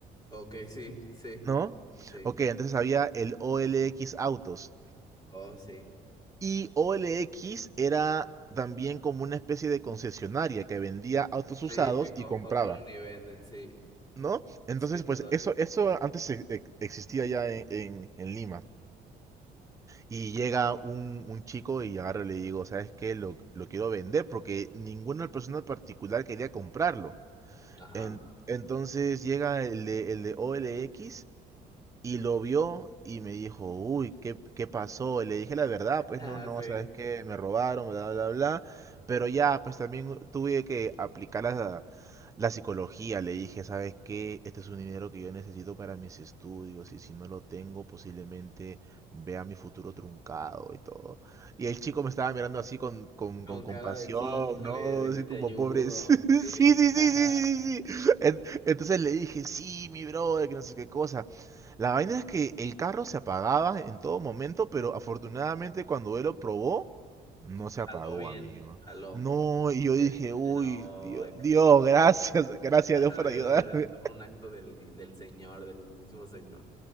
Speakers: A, on the left; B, on the right.
A: Ok, sí, sí,
B: ¿no?
A: sí.
B: Ok, entonces había el OLX Autos.
A: Oh, sí.
B: Y OLX era también como una especie de concesionaria que vendía autos usados
A: Sí, te co-
B: y compraba,
A: compran y venden, sí,
B: ¿no? Entonces,
A: sí, todavía.
B: pues eso, eso antes e- e- existía ya en, en en Lima. Y llega un, un chico y agarro y le digo, ¿sabes qué? Lo, lo quiero vender porque ninguna persona en particular quería comprarlo.
A: Ajá.
B: En-
A: <laughs>
B: entonces llega el de, el de o l x y lo vio y me dijo, uy, ¿qué, qué pasó? Y le dije la verdad, pues
A: Ah,
B: no, no,
A: sí.
B: sabes qué, me robaron, bla, bla, bla. Pero ya, pues también tuve que aplicar la, la psicología. Le dije, ¿sabes qué? Este es un dinero que yo necesito para mis estudios y si no lo tengo, posiblemente vea mi futuro truncado y todo. Y el chico me estaba mirando así con, con,
A: Con
B: con compasión,
A: cara de "Sí, híjole,
B: ¿no?
A: déjate
B: Así como
A: ayudo.
B: pobres. <laughs>
A: Sí.
B: Sí, sí, sí,
A: <laughs>
B: sí, sí, sí. sí. En- Entonces le dije, sí, mi brother, que no sé qué cosa. La vaina es que el carro se apagaba en todo momento, pero afortunadamente cuando él lo probó, no se
A: Jaló
B: apagó,
A: bien,
B: amigo.
A: jaló.
B: No, y yo
A: Ya
B: dije,
A: dijiste,
B: uy,
A: no,
B: Dios,
A: excelente.
B: Dios, <laughs> gracias,
A: <laughs>
B: gracias a Dios
A: Esto
B: por ayudarme.
A: fue un acto del, di- del señor, del mismo señor.